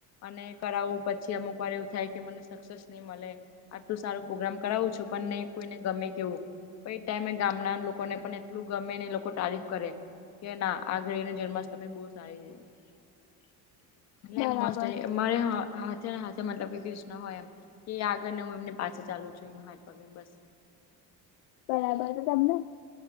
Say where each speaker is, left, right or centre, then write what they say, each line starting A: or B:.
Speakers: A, on the left (about 45°); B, on the left (about 80°).
A: અને કરાવવું પછી અમુક વાર એવું થાય કે મને સક્સેસ નહી મળે આટલું સારું પ્રોગ્રામ કરાવું છું પણ નહી કોઈને ગમે કેવું પ ઈ એ ટાઈમે ગામના લોકોને પણ એટલું ગમે ને એ લોકો તારીફ કરે. કે ના આ ઘરેની જન્માષ્ટમી બહુ સારી છે એટલે
B: બરાબર
A: મસ્ત મારે હા હાથે ને હાથે મતલબ કે ક્રૃષ્ણ હોય એમ કે આગળને હું એમની પાછળ ચાલુ છું એમ હાથ પકડી ને બસ
B: બરાબર, તો તમને